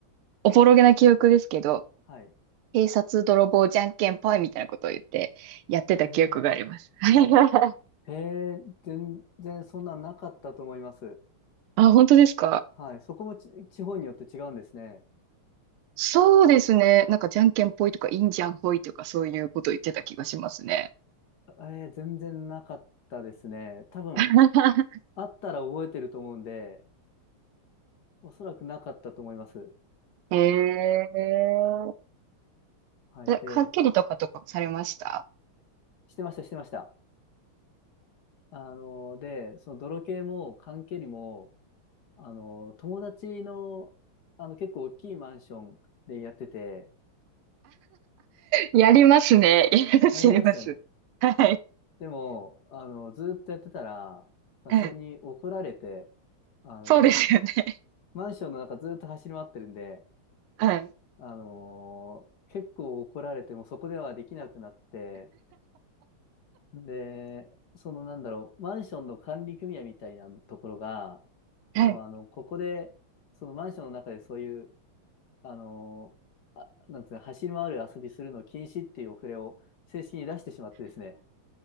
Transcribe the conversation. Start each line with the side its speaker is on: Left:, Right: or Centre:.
Right: おぼろげな記憶ですけど、
Left: はい。
Right: 警察泥棒じゃんけんぽいみたいなことを言って、やってた記憶があります。
Left: へえ、
Right: <laughs>
Left: あ、へえ、全然そんなんなかったと思います。
Right: あ、本当ですか
Left: はい。そこもち地方によって違うんですね。
Right: そうですね。なんか、じゃんけんぽいとか、いいんじゃんぽいとか、そういうこと言ってた気がしますね。
Left: えー、全然なかったですね。多分、
Right: <laughs>
Left: あったら覚えてると思うんで、おそらくなかったと思います。
Right: へえ。
Left: はい。
Right: えかっきりとかとかされました
Left: で、してました、してました。あの、で、その泥系も缶蹴りも、あの、友達の、あの、結構大きいマンションでやってて、
Right: やりますね。やります、
Left: やりますよね。
Right: やります。はい。
Left: でも、あの、ずっとやってたら、さすがに怒られて、
Right: はい。
Left: あの、
Right: そうですよね。
Left: マンションの中ずっと走り回ってるんで、
Right: はい。
Left: あの結構怒られてもうそこではできなくなって、で、そのなんだろう、マンションの管理組合みたいなところが、
Right: はい。
Left: もうあの、ここで、そのマンションの中でそういうあのあ、なんていうの、走り回る遊びするの禁止っていうお触れを正式に出してしまってですね、